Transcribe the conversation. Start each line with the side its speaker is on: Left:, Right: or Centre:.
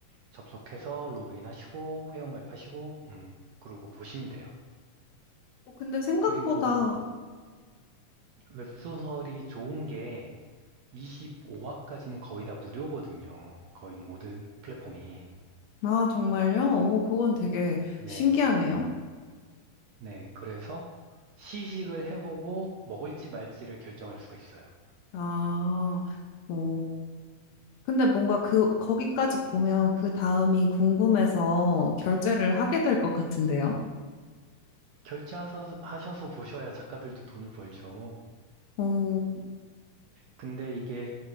Right: 접속해서 로그인하시고 회원가입하시고 음, 그러고 보시면 돼요.
Left: 어, 근데 생각보다,
Right: 그리고 웹소설이 좋은 게 25화까지는 거의 다 무료거든요. 거의 모든 플랫폼이.
Left: 아, 정말요? 오, 그건 되게
Right: 네.
Left: 신기하네요.
Right: 네. 그래서 시식을 해보고 먹을지 말지를 결정할 수가 있어요.
Left: 아, 오. 근데 뭔가 그, 거기까지 보면 그 다음이 궁금해서 결제를 하게 될 것 같은데요?
Right: 결제하셔서 하셔서 보셔야 작가들도 돈을 벌죠.
Left: 오,
Right: 근데 이게